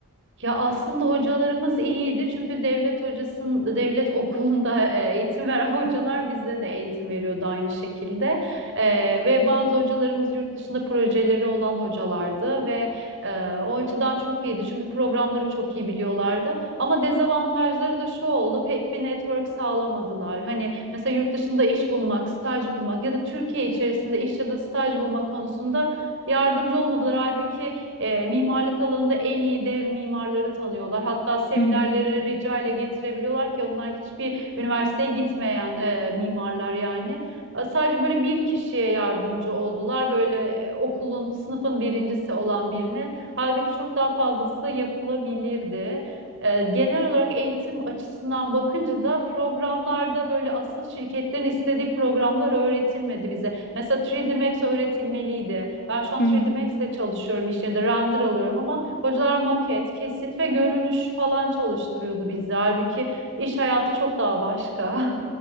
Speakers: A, on the right; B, on the left.
A: Ya aslında hocalarımız iyiydi çünkü devlet hocasının devlet okulunda e, eğitim veren hocalar bizde de eğitim veriyordu aynı şekilde. E, ve bazı hocalarımız yurt dışında projeleri olan hocalardı ve e, o açıdan çok iyiydi çünkü programları çok iyi biliyorlardı. Ama dezavantajları da şu oldu pek bir network sağlamadılar. Hani mesela yurt dışında iş bulmak, staj bulmak ya da Türkiye içerisinde iş ya da staj bulma konusunda yardımcı olmadılar. Halbuki e, mimarlık alanında en iyi dev mimarları tanıyorlar. Hatta seminerlere
B: Hı hı.
A: rica ile getirebiliyorlar ki onlar hiçbir üniversiteye gitmeyen e, mimarlar yani. E, Sadece böyle bir kişiye yardımcı oldular. Böyle e, okulun, sınıfın birincisi olan birine. Halbuki çok daha fazlası yapılabilirdi. E, Genel olarak eğitim açısından bakınca da programlarda böyle asıl şirketlerin istediği programlar öğretilmedi bize. Mesela 3D Max öğretilmeliydi. Ben şu an
B: Hı hı.
A: 3D Max'te çalışıyorum iş yerinde render alıyorum ama hocalar maket, kesit ve görünüş falan çalıştırıyordu bizi. Halbuki iş hayatı çok daha başka.